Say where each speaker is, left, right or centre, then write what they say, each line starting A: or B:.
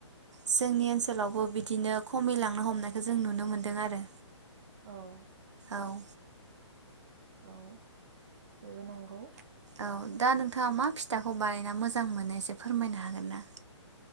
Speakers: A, on the right; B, on the right.
A: जोंनि ओनसोलावबो बिदिनो खमिलांनो हमनायखौ जों नुनो मोनदों आरो
B: औ
A: औ
B: औ बेबो नंगौ
A: औ दा नोंथाङा मा फिथाखौ बानायना मोजां मोनो एसे फोरमायनो हागोन ना?